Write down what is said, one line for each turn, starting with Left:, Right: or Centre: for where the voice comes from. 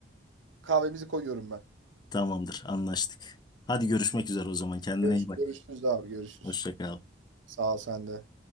Right: Kahvemizi koyuyorum ben.
Left: Tamamdır, anlaştık. Hadi görüşmek üzere o zaman. Kendine
Right: Görüşürüz.
Left: iyi bak.
Right: Görüşürüz abi. Görüşürüz.
Left: Hoşça kal.
Right: Sağ ol sen de.